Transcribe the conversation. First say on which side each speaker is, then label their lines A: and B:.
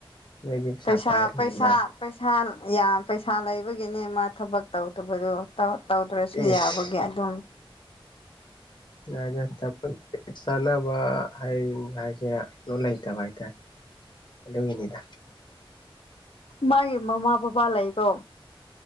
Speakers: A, on the left; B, on the left.
A: ꯅꯣꯏꯗꯤ
B: ꯄꯩꯁꯥ
A: ꯄꯥꯏꯔꯕꯅꯤꯅ
B: ꯄꯩꯁꯥ ꯄꯩꯁꯥ ꯌꯥꯝ ꯄꯩꯁꯥ ꯂꯩꯕꯒꯤꯅꯦ ꯃꯥ ꯊꯕꯛ ꯇꯧꯗꯕꯗꯣ ꯇꯧ ꯇꯧꯗ꯭ꯔꯁꯨ
A: ꯑꯦꯁ
B: ꯌꯥꯕꯒꯤ ꯑꯗꯨꯝ
A: <unintelligible> ꯊꯕꯛ ꯆꯥꯅꯕ ꯍꯥꯏ ꯍꯥꯏꯁꯤꯔꯥ ꯑꯗ‌ꯣ ꯂꯩꯇꯕ ꯍꯥꯏꯇꯥꯔꯦ
B: <inaudible>
A: ꯑꯗꯨꯒꯤꯅꯤꯗ
B: ꯃꯥꯥꯏ ꯃꯃꯥ ꯕꯥꯕꯥ ꯂꯩꯥꯀꯣ